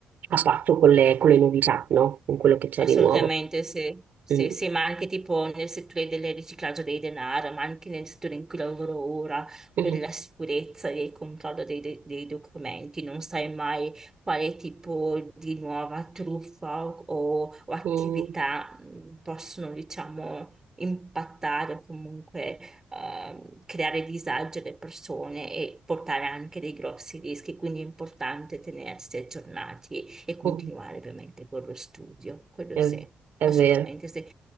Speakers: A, on the right; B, on the right.
A: a patto con le, con le novità, no? Con quello che c'è
B: Assolutamente
A: di nuovo.
B: sì. Sì,
A: Mm.
B: sì, ma anche tipo nel settore del riciclaggio dei denaro, ma anche nel settore in cui lavoro ora, quello
A: Mhm.
B: della sicurezza e del controllo dei, dei- dei documenti, non sai mai quale tipo di nuova truffa o, o attività
A: Mm.
B: mh, possono, diciamo, impattare o comunque ehm, creare disagio alle persone e portare anche dei grossi rischi, quindi è importante tenersi aggiornati e continuare
A: Mm.
B: ovviamente con lo studio, quello
A: È,
B: sì,
A: è
B: assolutamente
A: vero.
B: sì.